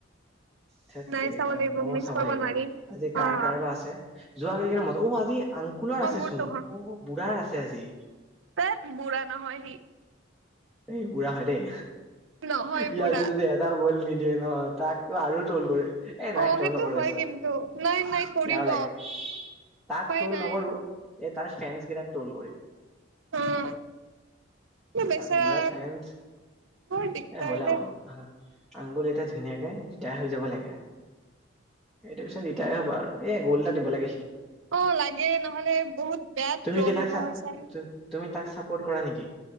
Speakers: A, in the centre; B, on the right (about 75°).
A: ঠেইত
B: নাই
A: তেৰিকা
B: চাব লাগিব
A: ময়
B: মিছ
A: চাব
B: কৰিব
A: লাগিব
B: নোৱাৰি।
A: আজি কাৰ
B: অ'
A: কাৰ বা আছে <unintelligible> <unintelligible> আংকুলৰ
B: অ'
A: আছে
B: মোৰতো
A: চোন
B: হ
A: অ বুঢ়াৰ আছে আজি
B: ধেত বুঢ়া নহয় সি
A: এই বুঢ়া হয় দেই
B: নহয়
A: ই
B: বুঢ়া।
A: আজিতে এটাও গ'ল নি দিয়ে ন তাকো আৰু তটোল কৰে। এ নাই
B: অ'
A: তল
B: সেইটো
A: নকৰো
B: হয়
A: বিচৰা
B: কিন্তু নাই নাই কৰিব
A: বেয়াও লাগে। তাক
B: উপায়
A: তল
B: নাই।
A: নকৰো এই তাৰ ফ্ৰেণ্ড গীতাক ট্ৰলছ কৰিম।
B: অ' বেচেৰা
A: তাৰ বুঢ়াৰ ফ্ৰেণ্ড
B: বৰ দিগদাৰ
A: এ হ'ল
B: দে।
A: অ আহা আংকুল এতিয়া ধুনীয়াকে ৰিটায়াৰ হৈ যাব লাগে আৰু এটো পিছত ৰিটায়াৰ হ'ব আৰু এ গ'ল্ড এটা দিব লাগে সি।
B: অ লাগে, নহলে বহুত বেয়া
A: তুমি
B: ট্ৰল
A: কি তাক
B: হ'ব ছাৰ।
A: তুমি তাক ছাপৰ্ট কৰা নেকি?